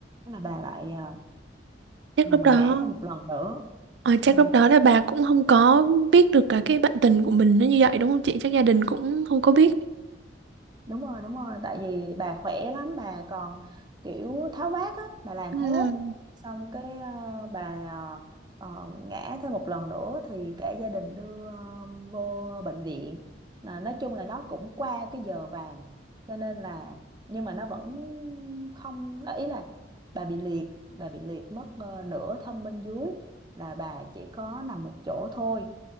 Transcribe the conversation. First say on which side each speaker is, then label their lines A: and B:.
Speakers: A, on the right (about 25°); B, on the right (about 70°).
A: Thế là bà lại à,
B: chắc
A: ừ,
B: lúc đó,
A: ngã thêm một lần nữa
B: ờ, chắc
A: Ừ.
B: lúc đó là bà cũng không có biết được cả cái bạn tình của mình nó như vậy đúng không chị? Chắc gia đình cũng không có biết.
A: đúng rồi đúng rồi tại vì bà khỏe lắm bà còn kiểu tháo vát á bà làm
B: Ừ.
A: hết xong cái ờ, bà ờ, ờ, ngã thêm một lần nữa thì cả gia đình đưa ờ, vô bệnh viện là nói chung là nó cũng qua cái giờ vàng cho nên là nhưng mà nó vẫn không ờ, ý là bà bị liệt bà bị liệt mất ờ, nửa thân bên dưới là bà chỉ có nằm một chỗ thôi